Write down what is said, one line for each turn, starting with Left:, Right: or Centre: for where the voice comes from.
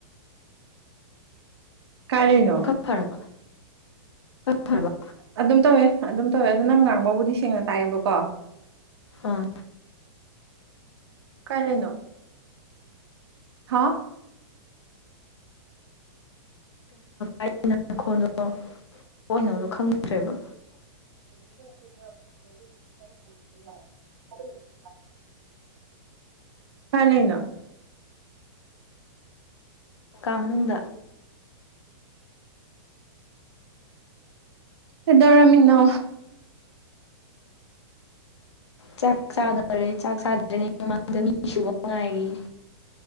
Right: ꯀꯥꯏ ꯂꯩꯅꯣ
Left: ꯈꯔ ꯐꯔꯕ ꯐꯔꯕ
Right: ꯑꯗꯨꯝ ꯇꯧꯋꯦ ꯑꯗꯨꯝ ꯇꯧꯋꯦ ꯑꯗꯣ ꯅꯪ ꯉꯥꯡꯕꯕꯨꯗꯤ ꯁꯦꯡꯅ ꯇꯥꯏꯌꯦꯕꯀꯣ
Left: ꯑꯥ
Right: ꯀꯥꯏ ꯂꯩꯅꯣ ꯍꯥ
Left: ꯑꯩ ꯅꯪ ꯈꯣꯟꯜꯗꯣ ꯊꯣꯛꯏꯅꯣ ꯈꯪꯗ꯭ꯔꯦꯕ
Right: <unintelligible> <inaudible> ꯀꯥꯏ ꯂꯩꯅꯣ
Left: ꯀꯥ ꯃꯅꯨꯡꯗ
Right: ꯀꯩꯗꯧꯔꯝꯃꯤꯅꯣ
Left: ꯆꯥꯛ ꯆꯥꯒꯗꯣꯔꯦ ꯆꯥꯛ ꯆꯥꯗ꯭ꯔꯔꯤꯉ ꯃꯃꯥꯡꯗ ꯃꯤ ꯁꯨꯨꯕ ꯉꯥꯏꯔꯤ